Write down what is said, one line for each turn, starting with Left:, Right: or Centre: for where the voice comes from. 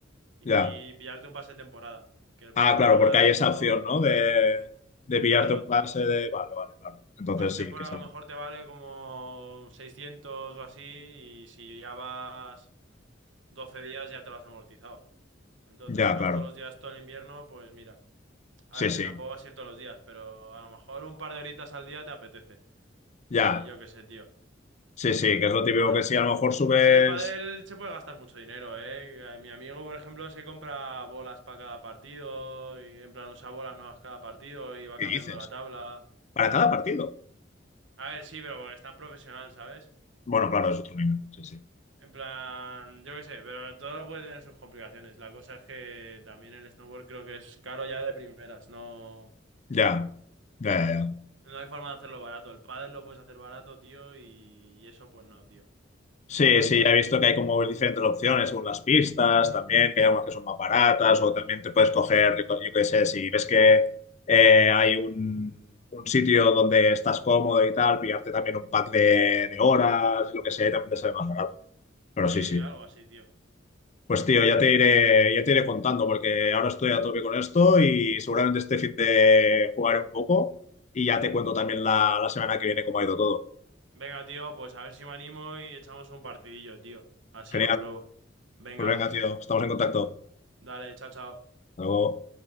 Left: Ya.
Right: y pillarte un pase de temporada. Que el
Left: Ah,
Right: pase de
Left: claro,
Right: temporada
Left: porque
Right: a
Left: hay
Right: lo mejor,
Left: esa opción, ¿no? De, de pillarte
Right: claro,
Left: un pase de... Vale, vale, claro. Entonces
Right: pase de
Left: sí,
Right: temporada
Left: que sale.
Right: a lo mejor te vale como 600 o así y si ya vas 12 días ya te lo has amortizado. Entonces,
Left: Ya,
Right: si vas
Left: claro.
Right: todos los días todo el invierno, pues mira, a
Left: Sí,
Right: ver,
Left: sí.
Right: que tampoco vas a ir todos los días, pero a lo mejor un par de horitas al día te apetece. Y
Left: Ya.
Right: yo qué sé, tío.
Left: Sí, sí, que es lo típico
Right: Pero bueno,
Left: que si a lo mejor subes...
Right: también el pádel se puede gastar mucho dinero, ¿eh? Eh, Mi amigo, por ejemplo, se compra bolas para cada partido y en plan usa bolas nuevas cada partido y va
Left: ¿Qué
Right: cambiando
Left: dices?
Right: la tabla.
Left: Para cada partido.
Right: A ver, sí, pero porque es tan profesional, ¿sabes?
Left: Bueno, claro, es otro nivel. Sí, sí.
Right: En plan, yo qué sé, pero todo puede tener sus complicaciones. La cosa es que también el snowboard creo que es caro ya de primeras, no,
Left: Ya. Ya, ya, ya.
Right: no hay forma de hacerlo barato. El pádel lo puedes hacer barato, tío, y y eso pues no, tío.
Left: Sí,
Right: Pero
Left: sí,
Right: bueno,
Left: ya he visto que hay como diferentes opciones según las pistas, también, que hay algunas que son más baratas, o también te puedes coger, yo qué sé, si ves que eh, hay un, un sitio donde estás cómodo y tal, pillarte también un pack de, de horas, lo que sea, y también te sale más barato. Pero
Right: sí,
Left: sí, sí.
Right: algo así, tío.
Left: Pues tío, ya te iré, ya te iré contando, porque ahora estoy a tope con esto y seguramente este fin de jugaré un poco y ya te cuento también la, la semana que viene cómo ha ido todo.
Right: Venga, tío, pues a ver si me animo y echamos un partidillo, tío. Así
Left: Genial.
Right: lo pruebo. Venga,
Left: Pues venga, tío, estamos en contacto.
Right: dale, chao, chao.
Left: Hasta luego.